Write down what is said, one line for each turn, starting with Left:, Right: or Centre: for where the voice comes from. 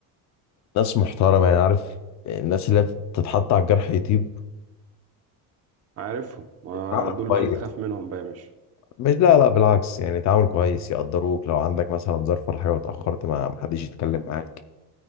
Left: ناس محترمة يعني عارف آه، الناس اللي تتحط على الجرح يطيب
Right: عارفهم ما
Left: تعامل
Right: دول
Left: كويس
Right: بقى اللي تخاف منهم بقى يا باشا
Left: مش لا لا بالعكس يعني تعامل كويس يقدروك لو عندك مثلا ظرف ولا حاجة واتأخرت ما محدش يتكلم معاك